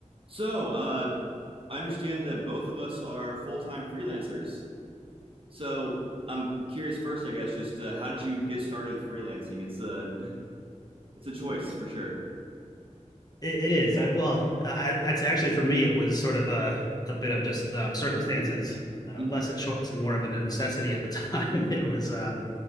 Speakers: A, on the right; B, on the left.
A: So, uh, I understand that both of us are full-time freelancers. So, I'm curious first, I guess, just uh, how did you get started with freelancing? It's a <laughs> it's a choice for sure.
B: It, it is. I, well, I, I'd say actually for me, it was sort of a, a bit of just um, circumstances, uh,
A: Mhm.
B: less a choice and more of a necessity at the time. <laughs> It was um,